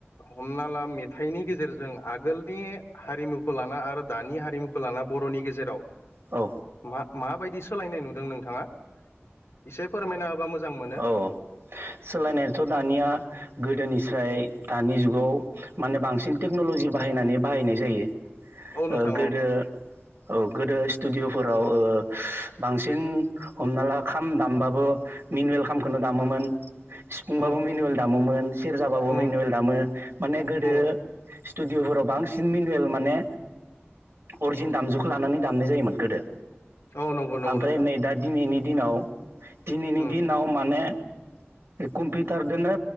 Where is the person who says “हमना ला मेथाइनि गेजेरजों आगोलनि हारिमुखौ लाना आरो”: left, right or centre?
Left